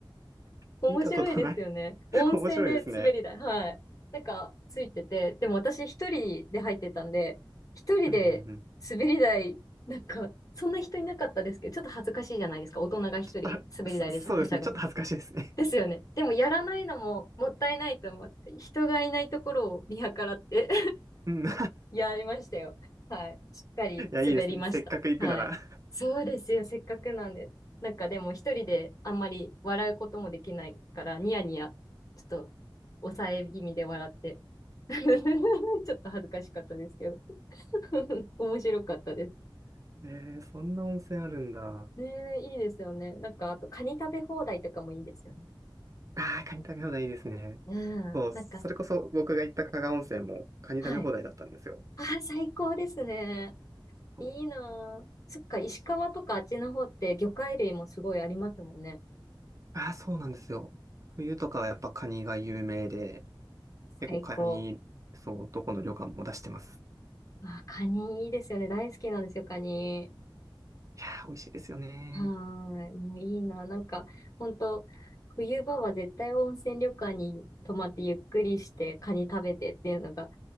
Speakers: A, on the right; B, on the left.
A: <laughs>
B: 面白いですよね。
A: 見たことない。
B: 温泉で滑り台。
A: <laughs> 面白いですね。
B: はい。なんか、ついてて。でも私一人で入ってたんで、一人で滑り台、
A: うんうんうん。
B: なんか、そんな人いなかったですけど、ちょっと恥ずかしいじゃないですか。大人が一人滑り台でしはしゃぐの。
A: ちょっと、そそうですね。ちょっと恥ずかしいですね。
B: ですよね。でもやらないのももったいないと思って、人がいないところを見計らって
A: <laughs> うん。<laughs> い
B: やりましたよ。はい。しっかり滑りました。
A: や、いいですね。せっかく行くなら。
B: はい。そうですよ。せっかくなんで。なんかでも一人であんまり笑うこともできないから、ニヤニヤ、ちょっと抑え気味で笑って。<laughs> ちょっと恥ずかしかったですけど。<laughs> 面白かったです。
A: <laughs> えー、そんな温泉あるんだ。あ
B: ねえ、いいですよね。なんか、あと、カニ食べ放題とかもいいですよね。
A: あ、カニ食べ放題いいですね。
B: うん。
A: そう、
B: なんか、
A: それこそ僕が行った加賀温泉もカニ食べ放題だったんですよ。
B: はい。ああ、最高ですね。
A: そう
B: いいなあ。そっか、石川とかあっちの方って魚介類もすごいありますもんね。
A: ああ、そうなんですよ。冬とかはやっぱカニが有名で、結構カニ、
B: 最高。
A: そう、どこの旅館も出してます。
B: あ、カニいいですよね。大好きなんですよ、カニ。
A: いやー、美味しいですよね。
B: はーい。もういいな。なんか、本当冬場は絶対温泉旅館に泊まってゆっくりしてカニ食べてっていうのが、